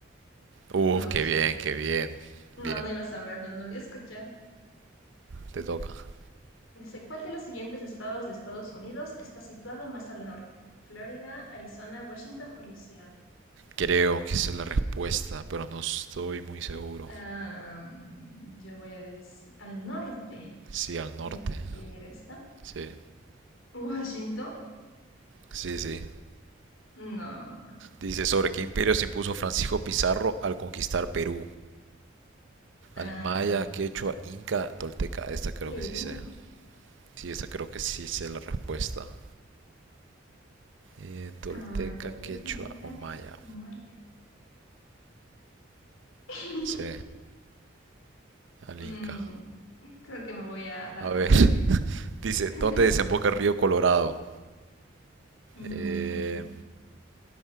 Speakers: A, on the right; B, on the left.
A: Uf,
B: uy,
A: qué bien, qué bien.
B: no,
A: Bien,
B: no iba a saberlo, no había escuchado.
A: te toca.
B: Dice, ¿cuál de los siguientes estados de Estados Unidos está situado más al norte? Florida, Arizona, Washington o Luisiana.
A: Creo que esa es la respuesta, pero no estoy muy seguro.
B: Ah, yo voy a decir al norte.
A: Sí, al norte.
B: Voy a decir esta.
A: Sí,
B: Washington.
A: sí, sí.
B: No.
A: Dice, ¿sobre qué imperio se impuso Francisco Pizarro al conquistar Perú?
B: Ah,
A: Al maya, quechua, inca, tolteca. Esta creo
B: Perú.
A: que sí sé. Sí, esta creo que sí sé la respuesta. Eh, tolteca,
B: Ah, Tolteca,
A: quechua
B: Inca,
A: o maya.
B: Humala. <laughs>
A: Sí, al
B: Mm,
A: inca.
B: creo que me voy a dar
A: A ver,
B: por perdida.
A: <laughs> dice,
B: <laughs>
A: ¿dónde desemboca el río Colorado?
B: Mm,
A: Eh,